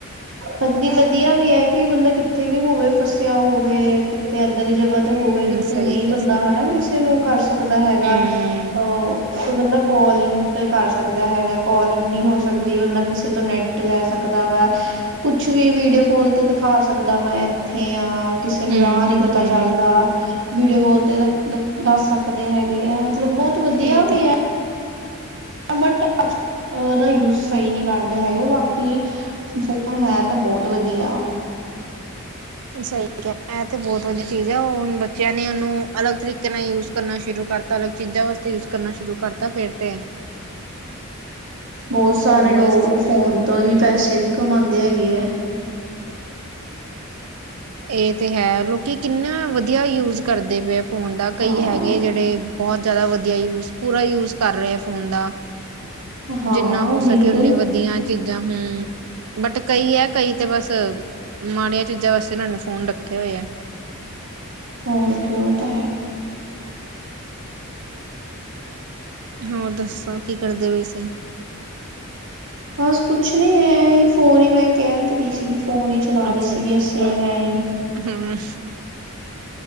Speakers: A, on the right; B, on the right.
A: ਹਾਂਜੀ ਵਧੀਆ, ਵੀ ਐ ਕਿ ਬੰਦਾ ਕਿੱਥੇ ਵੀ ਹੋਵੇ ਫਸਿਆ ਹੋਵੇ ਕਿਤੇ ਏਦਾਂ ਦੀ ਜਗ੍ਹਾ ਹੋਵੇ
B: ਹਮ
A: ਜਿੱਥੇ
B: ਸਹੀ
A: ਨਈ
B: ਕਿਹਾ
A: ਬੰਦਾ
B: ਸਹੀ ਕਿਹਾ
A: ਹਨਾ ਕਿਸੇ ਨੂੰ ਕਰ ਸਕਦਾ ਹੈਗਾ
B: ਹਮ
A: ਓ ਤੇ ਬੰਦਾ ਕੋਲਿੰਗ ਤੇ ਕਰ ਸਕਦਾ ਹੈਗਾ, ਕੋਲਿੰਗ ਨੀ ਹੋ ਸਕਦੀ ਬੰਦਾ ਕਿਸੇ ਤੋਂ ਨੈਟ ਟ ਲੈ ਸਕਦਾ ਵਾ, ਕੁਛ ਵੀ ਵੀਡੀਓ ਕਾਲ ਤੇ ਦਿਖਾ ਸਕਦਾ ਮੈਂ ਐਥੇ ਆ। ਕਿਸੇ ਨੂੰ
B: ਹਮ
A: ਰਾਹ ਨੀ ਪਤਾ
B: ਹਮ ਹਮ
A: ਚੱਲਦਾ। ਵੀਡੀਓ ਕਾਲ ਤੇ <unintelligible> ਦੱਸ ਸਕਦੇ ਹੈਗੇ ਆ, ਮਤਲਬ ਬੋਤ ਵਧੀਆ
B: ਇਹ
A: ਵੀ
B: ਤੇ
A: ਐ। ਬਟ ਅੱਜ ਓਦਾ ਯੂਜ ਸਈ ਨੀ ਕਰਦੇ ਹੈਗੇ ਬਾਕੀ ਫੋਨ ਹੈ ਤਾ ਬੋਤ ਵਧੀਆ।
B: ਸਈ ਕਯਾ ਐ ਤੇ ਬੋਤ ਵਧੀਆ ਚੀਜ਼ ਐ, ਹੁਨ ਬੱਚਿਆਂ ਨੇ ਓਨੂੰ ਅਲੱਗ ਤਰੀਕੇ ਨਾਲ ਯੂਜ ਕਰਨਾ ਸ਼ੁਰੂ ਕਰ ਦਿ ਤਾ ਅਲਗ ਚੀਜ਼ਾਂ ਵਾਸਤੇ ਯੂਜ ਕਰਨਾ ਸ਼ੁਰੂ ਕਰਤਾ ਫਿਰ ਤੇ
A: ਬੋਤ ਸਾਰੇ
B: ਬਸ
A: ਲੋਕ ਫੋਨ ਤੋਂ ਹੀ
B: ਹਮ
A: ਪੈਸੇ ਵੀ ਕਮਾਂਦੇ ਹੈਗੇ ਐ।
B: ਏ ਤੇ ਹੈ ਲੋਕੀ ਕਿੰਨਾ ਵਧੀਆ ਯੂਜ ਕਰਦੇ ਪਏ ਫੋਨ ਦਾ, ਕਈ
A: ਹਾਂ
B: ਹੈਗੇ ਜੇੜੇ ਬੋਤ ਜਾਦਾ ਵਧੀਆ ਯੂਜ, ਪੂਰਾ ਯੂਜ ਕਰ ਰਏ ਫੋਨ ਦਾ।
A: ਹਾਂ
B: ਜਿੰਨਾ ਹੋ
A: ਬਿਲਕੁਲ
B: ਸਕੇ ਉਨੀ ਵਧੀਆ ਚੀਜ਼ਾਂ ਹੂੰ, ਬਟ ਕਈ ਹੈ ਕਈ ਤੇ ਬਸ ਮਾੜੀਆਂ ਚੀਜ਼ਾਂ ਵਸ ਏਨਾਂ ਨੇ ਫੋਨ ਰੱਖੇ ਹੋਏ ਐ।
A: ਹੋਰ ਕਿ ਓ ਤਾਂ ਹੈ।
B: ਹੋਰ ਦੱਸੋ ਕੀ ਕਰਦੇਂ ਪਏ ਸੀ?
A: ਬਸ ਕੁਛ ਨੀ ਐ ਈ ਫੋਨ ਈ ਮੈਂ ਕੈ ਤੇ ਰੀ ਸੀਗੀ ਫੋਨ ਈ ਚਲਾਂ
B: ਅੱਛਾ
A: ਰੇ ਸੀਗੀ ਅੱਸੀਂ ਐਈ।
B: ਹੂੰ।